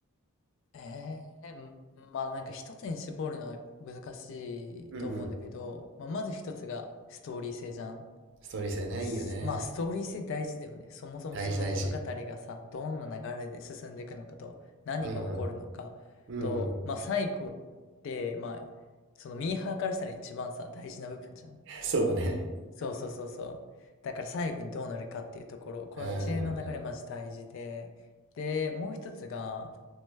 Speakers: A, on the left (about 60°); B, on the right (about 55°).
A: ええー、まあなんか一つに絞るのは難しいと思うんだけど、
B: ううんうん
A: まあ、まず一つがストーリー性じゃん。
B: ストーリー性ねいいよね
A: すまあストーリー性大事だよね。そもそもその物語がさ、
B: 大事大事
A: どんな流れで進んでいくのかと、何が起こるのかと、
B: うんうんうんうん
A: まあ最後って、まあ、そのミーハーからしたら一番さ、大事な部分じゃん。
B: <laughs> そうだね
A: そうそうそうそう。だから最後にどうなるかっていうところ、この一連の流れマジ大事で、
B: うん
A: で、もう一つが、